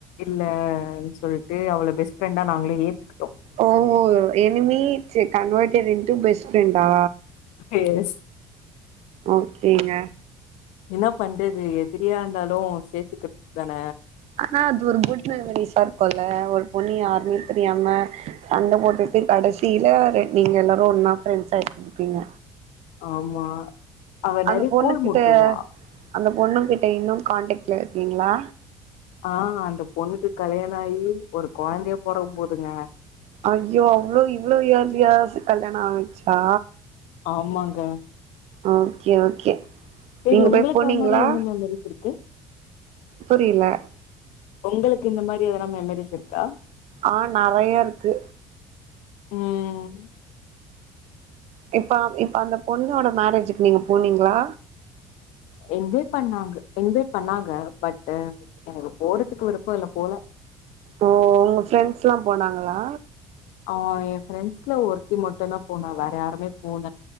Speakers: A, on the left; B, on the right.
A: இல்லன்னு சொல்ட்டு அவள பெஸ்ட் ஃப்ரெண்டா நாங்களே ஏத்துக்கி
B: ஓ ஓ எனிமி ச்சே கன்வர்டட் இன்டூ பெஸ்ட் ஃப்ரெண்டா
A: எஸ்
B: ஓகேங்க
A: என்ன பண்றது எதிரியா இருந்தாலு சேத்துக்கிட்டுதான
B: ஆனா அது ஒரு குட் மெமரிஸா இருக்கும்ல ஒரு பொண்ணு யாருனே தெரியாம சண்டை போட்டுட்டு கடைசியில நீங்க எல்லாரு ஒன்னா ஃபிரெண்ட்ஸ் ஆய்ட்டு இருப்பீங்க
A: ஆமா அவ
B: அந்த
A: நெறைய
B: பொண்ணு
A: கோல்
B: கிட்ட
A: மூட்டுவா
B: அந்த பொண்ணு கிட்ட இன்னும் கான்டாக்ட்ல இருக்கீங்களா
A: ஆஹ் அந்த பொண்ணுக்கு கல்யாணோ ஆகி ஒரு கொழந்தையே பொறக்க போதுங்க
B: ஐயோ அவ்ளோ இவ்ளோ ஏர்லியா கல்யாணம் ஆகிட்ச்சா
A: ஆமாங்க
B: ஓகே ஓகே
A: சேரி
B: நீங்க
A: உங்களுக்கு
B: போய் போனீங்களா
A: அது மாரி என்ன மெமரிஸ் இருக்கு
B: புரியல
A: உங்களுக்கு இந்த மாரி எதனா மெமரிஸ் இருக்கா
B: ஆஹ் நெறைய இருக்கு
A: உம்
B: இப்ப இப்ப அந்த பொண்ணோட மேரேஜுக்கு நீங்க போனீங்களா
A: இன்வைட் பண்ணாங்க இன்வைட் பண்ணாங்க பட் எனக்கு போறதுக்கு விருப்போ இல்ல போல
B: ஓ உங்க ஃபிரெண்ட்ஸ்லா போனாங்களா
A: ஆஹ் என் ஃப்ரெண்ட்ஸ்ல ஒருத்தி மட்டும்தா போனா வேற யாருமே போல